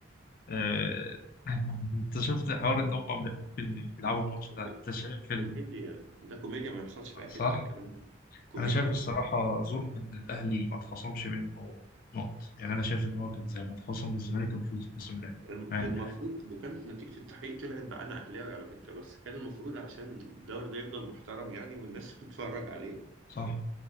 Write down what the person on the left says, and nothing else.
آه، <laughs> انت شفت حوار ان هم ممكن
يلعبوا الماتش
ده انت شايف
ال-
صح
انا شايف الصراحه ظلم ان الاهلي ما اتخصمش منه نقط يعني انا شايف ان هو كان زي ما اتخصم من الزمالك كان المفروض يتخصم له
مع ان
صح